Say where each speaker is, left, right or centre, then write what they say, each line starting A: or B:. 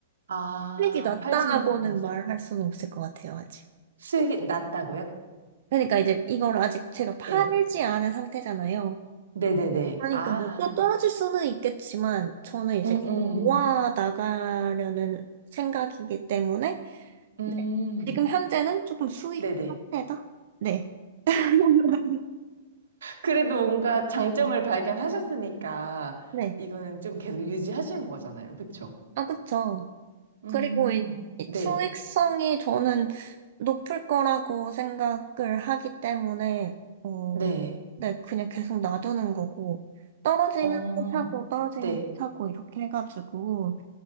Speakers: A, on the right; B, on the right.
A: 아,
B: 수익이 낮다라고는
A: 팔지는 않아서.
B: 말할 수는 없을 것 같아요, 아직.
A: 수익이 낮다고요?
B: 그러니까 이제 이걸 아직 제가 팔지
A: 네.
B: 않은 상태잖아요.
A: 네네네.
B: 그러니까
A: 아,
B: 뭐 또 떨어질 수는 있겠지만 저는 이제
A: 음,
B: 계속
A: 음,
B: 모아 나가려는 생각이기 때문에
A: 음,
B: 네. 지금 현재는 조금 수익
A: 네네.
B: 상태다? 네. <laughs>
A: 그래도 뭔가 장점을 발견하셨으니까,
B: 네.
A: 이거는 좀 계속 유지하시는 거잖아요. 그쵸?
B: 아, 그쵸.
A: 음,
B: 그리고 이- 이
A: 네,
B: 수익성이 저는 높을 거라고 생각을 하기 때문에, 어,
A: 네.
B: 네, 그냥 계속 놔두는 거고, 떨어지면
A: 어,
B: 또 사고, 떨어지면
A: 네.
B: 또 사고, 이렇게 해가지고,